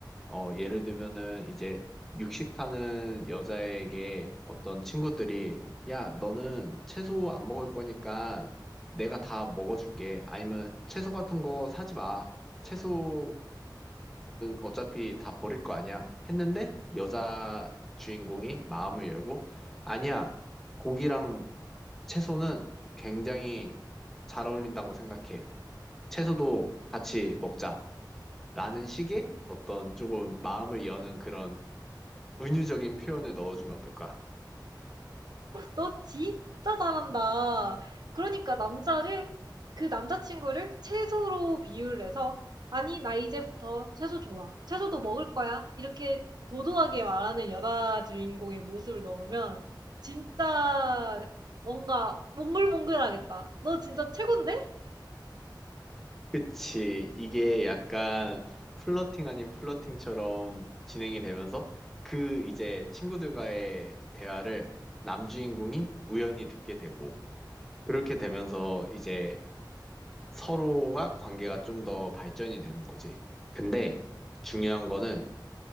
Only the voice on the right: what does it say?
너 진짜 잘한다. 그러니까 남자를 그 남자친구를 채소로 비유를 해서 "아니 나 이제부터 채소 좋아. 채소도 먹을 거야." 이렇게 도도하게 말하는 여자 주인공의 모습을 넣으면 진짜 뭔가 몽글몽글하겠다. 너 진짜 최곤데?